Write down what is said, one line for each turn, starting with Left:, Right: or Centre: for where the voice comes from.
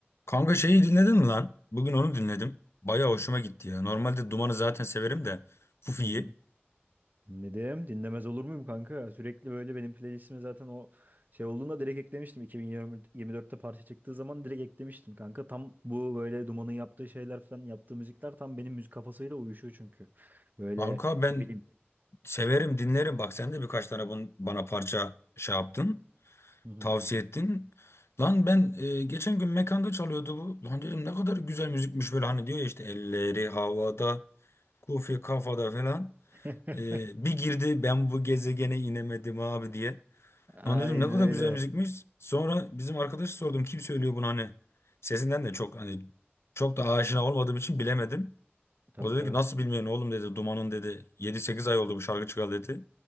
Left: Kanka şeyi dinledin mi lan? Bugün onu dinledim. Baya hoşuma gitti ya. Normalde Duman'ı zaten severim de Kufi'yi.
Right: Hı hı. Dinledim. Dinlemez olur muyum kanka? Sürekli böyle benim playlistime zaten o şey olduğunda direkt eklemiştim. 2024'te parça çıktığı zaman direkt eklemiştim kanka. Tam bu böyle Duman'ın yaptığı şeyler falan yaptığı müzikler tam benim müzik kafasıyla uyuşuyor çünkü. Böyle
Left: Kanka ben
Right: ne bileyim.
Left: severim dinlerim. Bak sen de birkaç tane bun- bana parça şey yaptın.
Right: Hı hı.
Left: Tavsiye ettin. Lan ben e, geçen gün mekanda çalıyordu bu. Lan dedim ne kadar güzel müzikmiş böyle hani diyor ya işte elleri havada, Kufi kafada falan.
Right: <laughs>
Left: E, bir girdi ben bu gezegene inemedim abi diye.
Right: Aynen
Left: Lan dedim ne kadar
Right: öyle.
Left: güzel müzikmiş. Sonra bizim arkadaşı sordum kim söylüyor bunu hani. Sesinden de çok hani çok da aşina olmadığım için bilemedim.
Right: Tabii
Left: O dedi
Right: tabii.
Left: ki nasıl bilmiyorsun oğlum dedi. Duman'ın dedi yedi sekiz ay oldu bu şarkı çıkalı dedi.